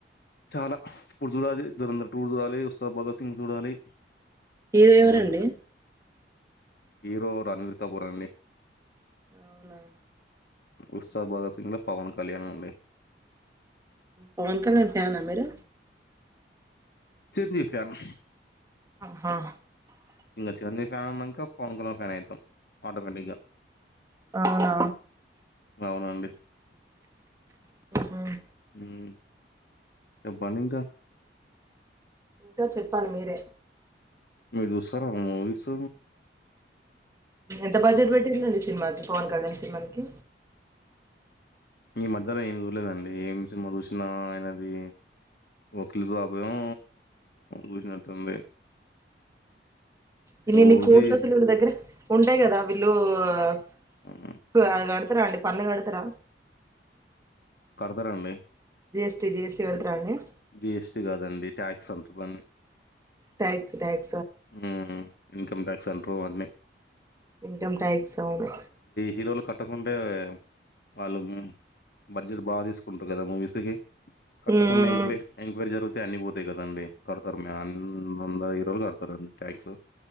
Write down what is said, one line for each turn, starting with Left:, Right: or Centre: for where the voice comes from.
Left: చాలా ఇప్పుడు చూడాలి దూరంధర్ టూ చూడాలి. ఉత్సాద్ భగత్ సింగ్ చూడాలి
Right: హీరో ఎవరండీ
Left: రెండు సి హీరో రణవీర్ కపూర్ అండి
Right: అవునా
Left: ఉస్తాద్ భగత్ సింగ్ లో పవన్ కళ్యాణండి
Right: పవన్ కళ్యాణ్ ఫ్యాన్ ఆ మీరు.
Left: చిరంజీవి ఫ్యాన్.
Right: ఆహా
Left: ఇంకా చిరంజీవి ఫ్యాన్ అన్నాక పవన్ కల్యాణ్ ఫ్యాన్ అయితాం ఆటోమేటిక్గా
Right: అవునా
Left: అవునండి
Right: హ్మ్.
Left: హమ్ చెప్పండి ఇంకా
Right: ఇంకా చెప్పాలి మీరే
Left: మీరు చూస్తారా మూవీస్
Right: ఎంత బడ్జెట్ పెట్టిందండి సినిమాకి పవన్ కళ్యాణ్ సినిమాకి
Left: ఈ మధ్యలో ఏమి చూలేదండి ఏం సినిమా చూసినా ఆయనది వకీల్ సాబ్ ఊ చూసినట్టుంది
Right: ఇన్ని
Left: 'ఓజీ'
Right: ఇన్ని కోట్లసలు విల్ల దగ్గర ఉంటాయి కదా విలు అ
Left: హ్మ్.
Right: కడతార కడతారా అండి పన్ను కడతారా
Left: కడతారంది
Right: G S T, G S T, కడతారండీ
Left: జీ ఎస్ టి, కాదండి ట్యాక్స్ అంటరు దాని
Right: ట్యాక్స్ ట్యాక్
Left: ఉ ఇన్కమ్ ట్యాక్ సన్ రూ అన్ని
Right: ఇన్కమ్ ట్యాక్స్ అవును
Left: హీరోలు కట్టకుంటే వాళ్ళు బడ్జెట్ బాగా తీసుకుంటారు కదా మూవీస్కి కట్టుకున్న
Right: హ్మ్.
Left: ఎంక్వైరీ ఎంక్వైరీ జరుగు అన్ని పోతాయి కదండి కడతర్ అందరూ హీరోలు కడ తరు ట్యాక్స్